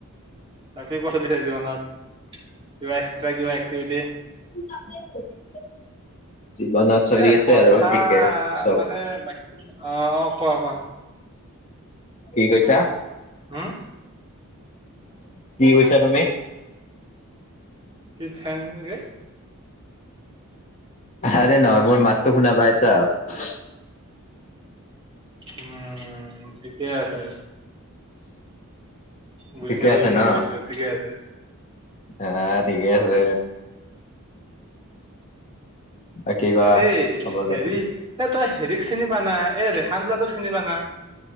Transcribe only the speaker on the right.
বাকী ক চলিছে জীৱনত? কিবা এক্সট্ৰা কিবা এ্টিভিটি?
এ,
কথা
মানে বাকী অ', অ', কোৱা-কোৱা।
হম?
এই ফেনটো যে
উম, ঠিকেই আছে। বুজিছোঁ
বুজিছোঁ
বুজিছোঁ, ঠিকে আছে।
এই
হেৰি
এই তই হেৰিক চিনি পানা এই ৰেহান <unintelligible> চিনি পানা?